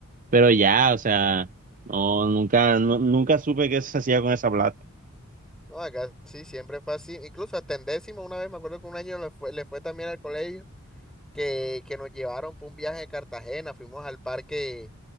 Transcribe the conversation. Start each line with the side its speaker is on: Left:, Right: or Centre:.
Right: pero ya, o sea, no, nunca, no- nunca supe qué se hacía con esa plata.
Centre: No, acá sí, siempre fue así. Incluso hasta en décimo, una vez me acuerdo que un año le fue, le fue también al colegio, que, que nos llevaron por un viaje a Cartagena, fuimos al parque,